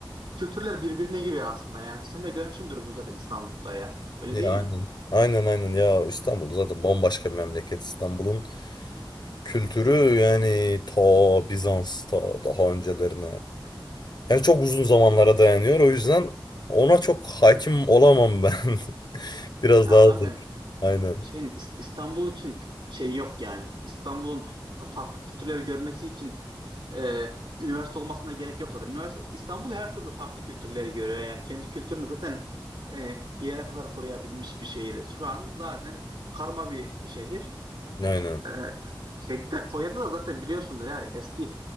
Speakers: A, on the right; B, on the left.
A: kültürler birbirine giriyor aslında. Yani sen de görmüşsündür bunu zaten İstanbul'da ya. Öyle
B: Ya
A: değil mi?
B: aynen. Aynen aynen ya İstanbul zaten bambaşka bir memleket. İstanbul'un kültürü yani ta Bizans ta daha öncelerine. Yani çok uzun zamanlara dayanıyor. O yüzden ona çok hakim olamam ben. <laughs> Biraz
A: Ya
B: daha
A: zaten
B: zor. Aynen.
A: şey İs- İstanbul için şey yok yani. İstanbul'un farklı kültürleri görmesi için e, üniversite olmasına gerek yok zaten. Üniversite İstanbul her türlü farklı kültürleri görüyor yani. Kendi kültürünü zaten e, bir yere kadar koruyabilmiş bir şehir. Şu an zaten karma bir şehir.
B: Aynen.
A: E, şeydi de Konya'da da zaten biliyorsundur ya eski